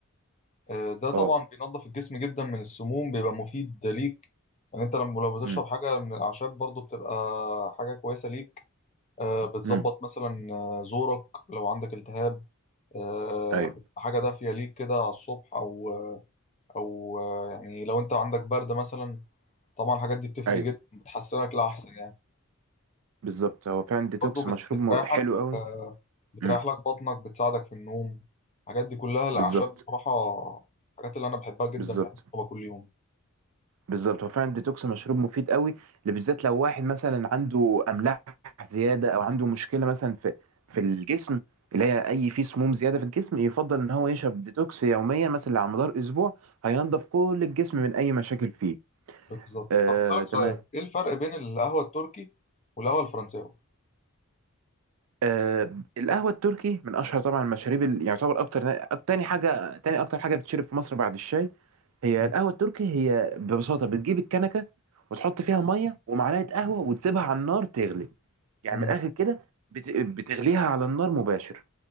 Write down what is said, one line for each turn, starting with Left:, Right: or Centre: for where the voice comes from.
Left: آه، ده طبعا
Right: اه
Left: بينظف الجسم جدا من السموم بيبقى مفيد ليك يعني انت لما لو بتشرب
Right: امم
Left: حاجه من الاعشاب برضو بتبقى حاجه كويسه ليك آه، بتظبط
Right: امم
Left: مثلا آه، زورك لو عندك التهاب آه،
Right: ايوه
Left: بتبقى حاجة دافية ليك كده على الصبح أو أو آه، يعني لو أنت عندك برد مثلا طبعا الحاجات دي بتفرق
Right: ايوه
Left: جدا بتحسنك لأحسن يعني
Right: بالظبط هو فعلا ديتوكس
Left: برضه بت-
Right: مشروب
Left: بتريحك
Right: م- حلو قوي
Left: آه، بتريح
Right: امم
Left: لك بطنك بتساعدك في النوم الحاجات دي كلها الأعشاب
Right: بالظبط
Left: بصراحة الحاجات اللي أنا بحبها جدا
Right: بالظبط
Left: بحب أشربها كل يوم
Right: بالظبط هو فعلا الديتوكس مشروب مفيد قوي اللي بالذات لو واحد مثلا عنده املاح زياده او عنده مشكله مثلا في في الجسم اللي هي اي في سموم زياده في الجسم يفضل ان هو يشرب ديتوكس يوميا مثلا على مدار اسبوع هينضف كل الجسم من اي مشاكل فيه
Left: بالظبط
Right: آه
Left: طب أسألك
Right: تمام
Left: سؤال إيه الفرق بين القهوة التركي والقهوة الفرنساوي؟
Right: آه القهوه التركي من اشهر طبعا المشاريب اللي يعتبر اكتر أك- تاني حاجه تاني اكتر حاجه بتشرب في مصر بعد الشاي هي
Left: مم.
Right: القهوة التركي هي ببساطة بتجيب الكنكة وتحط فيها مية ومعلقة قهوة وتسيبها على النار تغلي يعني
Left: مم.
Right: من الآخر كده بت- بتغليها على النار مباشر